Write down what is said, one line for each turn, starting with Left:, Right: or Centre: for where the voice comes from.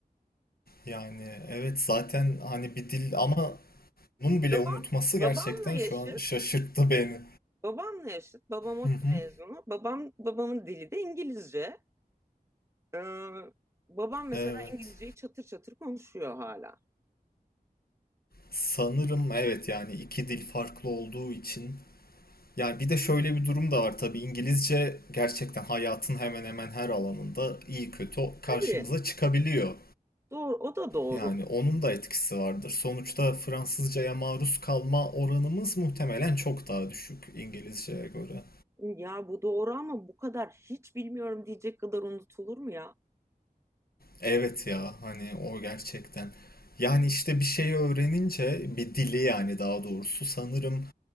Left: Yani evet zaten hani bir dil ama bunun bile
Right: Babam
Left: unutması
Right: babamla
Left: gerçekten
Right: yaşıt.
Left: şu an şaşırttı beni.
Right: Babamla yaşıt. Babam ODTÜ
Left: Hı hı.
Right: mezunu. Babam babamın dili de İngilizce. Ee, babam mesela
Left: Evet.
Right: İngilizceyi çatır çatır konuşuyor hala.
Left: Sanırım evet yani iki dil farklı olduğu için. Yani bir de şöyle bir durum da var tabii İngilizce gerçekten hayatın hemen hemen her alanında iyi kötü karşımıza
Right: Tabii
Left: çıkabiliyor.
Right: doğru o da doğru.
Left: Yani onun da etkisi vardır. Sonuçta Fransızcaya maruz kalma oranımız muhtemelen çok daha düşük İngilizceye göre.
Right: Ya bu doğru ama bu kadar hiç bilmiyorum diyecek kadar unutulur mu ya?
Left: Evet ya hani o gerçekten. Yani işte bir şey öğrenince bir dili yani daha doğrusu sanırım